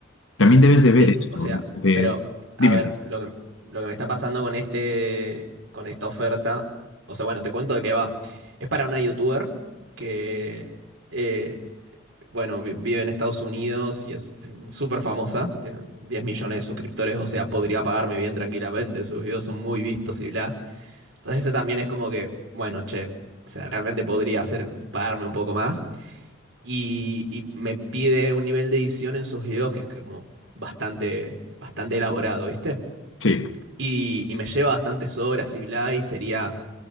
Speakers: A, on the left; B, on the right.
A: también debes de
B: Sí,
A: ver esto.
B: o sea,
A: Entonces,
B: pero
A: dime,
B: a ver, lo que, lo que me está pasando con este, con esta oferta, o sea, bueno, te cuento de qué va. Es para una youtuber que eh, bueno, vi- vive en Estados Unidos y es súper famosa, tiene 10 millones de suscriptores, o sea, podría pagarme bien tranquilamente, sus videos son muy vistos y bla. Entonces ese también es como que, bueno, che, o sea, realmente podría hacer, pagarme un poco más. Y, y me pide un nivel de edición en sus videos que es como bastante, bastante elaborado, ¿viste?
A: sí,
B: Y, y me lleva bastantes horas y bla, y sería